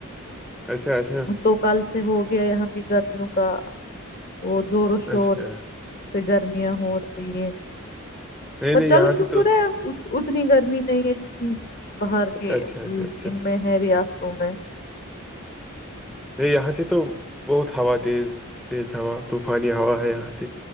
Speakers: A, in the centre; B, on the left.
A: اچھا اچھا
B: تو کل سے ہو گیا یہاں بھی گرمیوں کا وہ زور و شور
A: اچھا
B: گرمیاں ہو رہی ہے اور
A: نہیں نہیں یہاں
B: چلو شکر
A: سے تو
B: ہے اتنی گرمی نہیں ہے جتنی باہر کے
A: اچھا
B: ا
A: اچھا اچھا
B: ان میں ہے ریاستوں میں
A: یہ یہاں سے تو بہت ہوا تیز تیز ہوا طوفانی ہوا ہے یہاں سے